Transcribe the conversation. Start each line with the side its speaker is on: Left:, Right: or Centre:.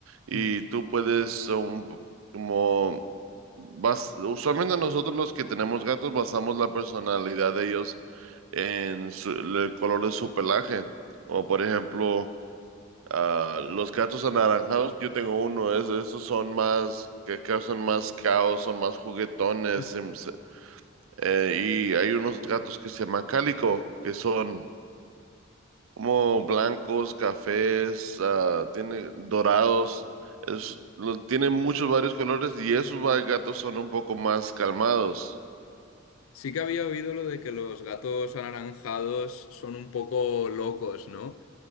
Right: y
Left: Mm.
Right: tú puedes, um, como, bas- usualmente nosotros los que tenemos gatos basamos la personalidad de ellos en su- el color de su pelaje. O por ejemplo... Ah, los gatos anaranjados, yo tengo uno, es- esos son más, que causan más caos, son más juguetones.
Left: <laughs>
Right: em, se- eh, y hay unos gatos que se llaman cálico, que son como blancos, cafés, ah, tiene dorados, es, los, tienen muchos varios colores y esos va- gatos son un poco más calmados.
Left: Sí que había oído lo de que los gatos anaranjados son un poco locos, ¿no?